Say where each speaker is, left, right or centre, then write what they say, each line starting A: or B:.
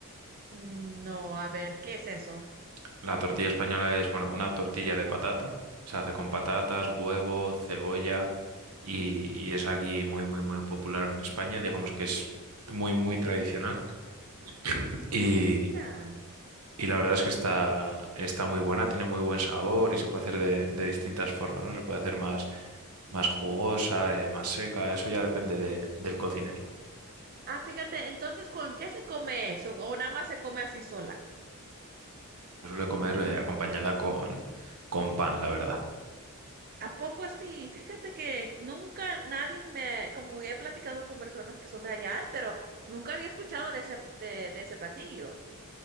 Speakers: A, on the right; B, on the right.
A: Mm, No, a ver, ¿qué es eso?
B: La tortilla española es, bueno, una tortilla de patata. Se hace con patatas, huevo, cebolla y, y es aquí muy, muy, muy popular en España. Digamos que es muy, muy tradicional. <clears throat> Y,
A: Mira.
B: y la verdad es que está, está muy buena, tiene muy buen sabor y se puede hacer de, de distintas formas, ¿no? Se puede hacer más, más jugosa, eh, más seca, eso ya depende de- del cocinero.
A: Ah, fíjate, entonces, ¿con qué se come eso? ¿O nada más se come así sola?
B: Se suele comer, eh, acompañada con, con pan, la verdad.
A: ¿A poco así? Fíjate que nunca nadie me, como he platicado con personas que son de allá, pero nunca había escuchado de ese, de, de ese platillo.